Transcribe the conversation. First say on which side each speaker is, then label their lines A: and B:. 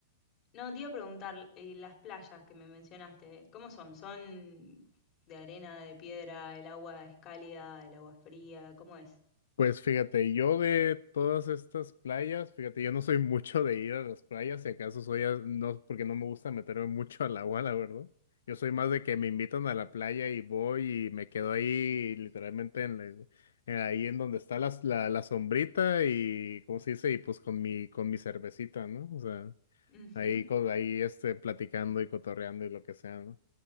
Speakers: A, on the left; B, on the left.
A: No, te iba a preguntar, eh, las playas que me mencionaste, ¿cómo son? ¿Son de arena, de piedra, el agua es cálida, el agua es fría? ¿Cómo es?
B: Pues fíjate, yo de todas estas playas, fíjate, yo no soy <laughs> mucho de ir a las playas, si acaso soy, a- no, porque no me gusta meterme mucho al agua, la verdad. Yo soy más de que me invitan a la playa y voy y me quedo ahí literalmente en, la- en eh, ahí en donde está las- la, la sombrita y, ¿cómo se dice? Y pues con mi, con mi cervecita, ¿no? O sea,
A: Ujú.
B: ahí, con, ahí este, platicando y cotorreando y lo que sea, ¿no?